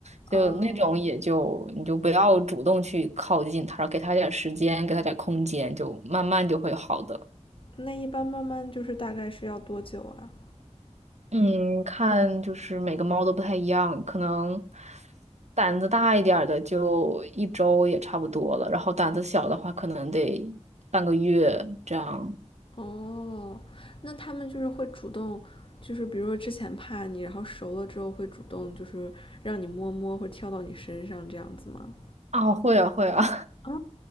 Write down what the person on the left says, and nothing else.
哦，
那一般慢慢就是大概是要多久啊？
哦，那他们就是会主动，就是比如说之前怕你，然后熟了之后会主动就是让你摸摸或者跳到你身上这样子吗？
哦，